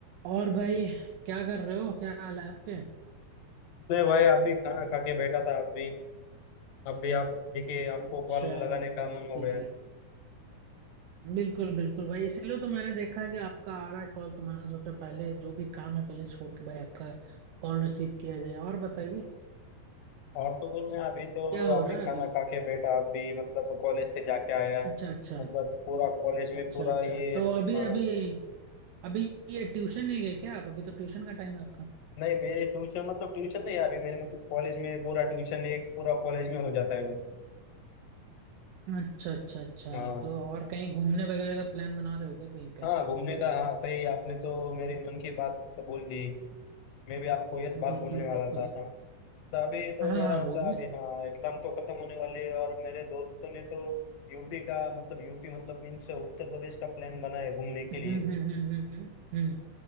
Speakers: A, on the right; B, on the left.
A: और भाई क्या कर रहे हो क्या हाल है आपके
B: नहीं भाई आप भी खाना खा के बैठा था आप भी अब भी आप दिखे आपको
A: अच्छा
B: कॉल लगाने का मन हो
A: भी
B: गया
A: बिल्कुल बिल्कुल भाई इसलिए तो मैंने देखा कि आपका आ रहा है कॉल तो मैंने सोचा पहले जो भी काम है पहले छोड़ के भाई आपका कॉल रिसीव किया जाए और बताइए
B: और तो कुछ नहीं अभी तो
A: क्या हो
B: आप
A: रहा
B: भी खाना
A: है अभी
B: खा के बैठा आप भी मतलब कॉलेज से जाके आया
A: अच्छा अच्छा
B: मतलब पूरा कॉलेज
A: अच्छा
B: में पूरा
A: अच्छा
B: ये
A: तो अभी
B: हाँ,
A: अभी अभी ये ट्यूशन नहीं गए क्या आप अभी तो ट्यूशन का टाइम है आपका
B: नहीं मेरे ट्यूशन मतलब ट्यूशन नहीं यार मेरे मतलब कॉलेज में पूरा ट्यूशन एक पूरा कॉलेज में हो जाता है वो
A: अच्छा अच्छा अच्छा
B: हाँ
A: तो और कहीं घूमने वगैरह का प्लान बना रहे हो क्या कहीं पे
B: हाँ घूमने का हाँ सही आपने तो मेरे मन की बात तो बोल दी मैं भी आपको ये बात
A: बिल्कुल
B: बोलने वाला
A: बिल्कुल
B: था हाँ। अभी तो
A: हाँ
B: मेरा
A: हाँ बोलिए
B: मतलब अभी हाँ एग्जाम तो खत्म होने वाले है और मेरे दोस्तों ने तो यूपी का मतलब यूपी मतलब मीन्स उत्तर प्रदेश का प्लान बना है घूमने के
A: हम्म
B: लिए
A: हम्म हम्म हम्म हम्म हम्म।